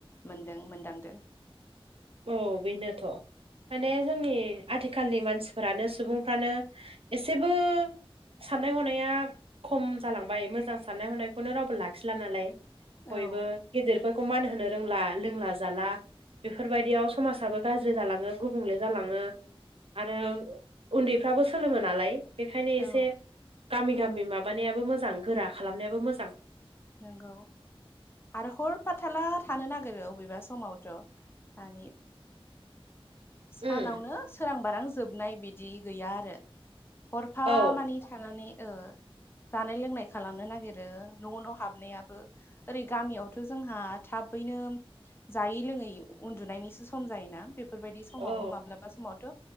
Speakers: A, on the left; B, on the right.
A: मोनदों मोनदांदों।
B: औ बेनोथ'। माने जोंनि आथिखालनि मानसिफोरानो सुबुंफ्रानो एसेबो साननाय हनाया खम जालांबाय मोजां साननाय हनायखौनो रावबो लाखिला नालाय। बयबो
A: औ
B: गिदिरफोरखौ मान होनो रोंला लोंला जाला बेफोरबायदियाव समाजाबो गाज्रि जालाङो गुबुंले जालाङो आरो उन्दैफ्राबो सोलोङो नालाय बेखायनो एसे
A: औ
B: गामि गामि माबानायाबो मोजां गोरा खालामनायाबो मोजां
A: नोंंगौ आरो हरफाथाला थानो नागिरो अबेबा समावथ' मानि सानावनो
B: उम
A: सोरां बारां जोबनाय बिदि गैया आरो। हरफा
B: औ
A: मानि थानानै ओ- जानाय लोंनाय खालामनो नागिरो न' न' हाबनायाबो। ओरै गामियावथ' जोंहा थाबैनो। जायै लोङै उन्दुनायनिसो सम जायोना बेफोरबायदि समावबो
B: औ
A: माब्लाबा समावथ'